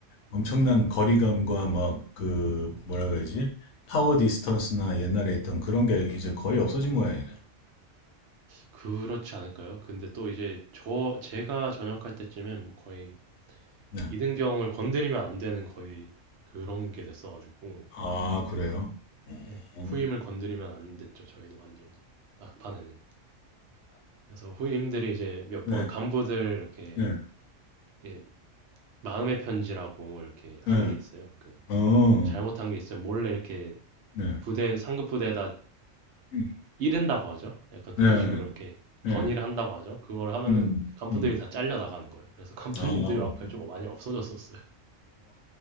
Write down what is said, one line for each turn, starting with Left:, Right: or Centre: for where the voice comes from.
Left: 엄청난 거리감과 막 그 뭐라 그러지? 파워 디스턴스나 옛날에 있던 그런 게 이제 거의 없어진 모양이네.
Right: 그렇지 않을까요? 근데 또 이제 저, 제가 전역할 때쯤엔 뭐 거의
Left: 네.
Right: 이등병을 건드리면 안 되는 거의 그런 게 됐어가지고
Left: 어, 아, 그래요?
Right: 네,
Left: 어,
Right: 후임을 건드리면 안 됐죠 저희는 완전히 막판에는 그래서 후임들이 이제 몇
Left: 네,
Right: 번 간부들 이렇게,
Left: 네,
Right: 이렇게 마음의 편지라고 이렇게
Left: 네,
Right: 하는 게 있어요 그뭐
Left: 어,
Right: 잘못한 게 있으면 몰래 이렇게
Left: 네,
Right: 부대 상급 부대에다
Left: 음,
Right: 이른다고 하죠 약간 그런
Left: 네,
Right: <laughs> 식으로 이렇게
Left: 네,
Right: 건의를 한다고 하죠 그걸 하면은
Left: 음,
Right: 간부들이
Left: 음.
Right: 다 잘려 나가는 거예요 그래서 <laughs> 간부님들이
Left: 아, 어.
Right: 막판에 좀 많이 없어졌었어요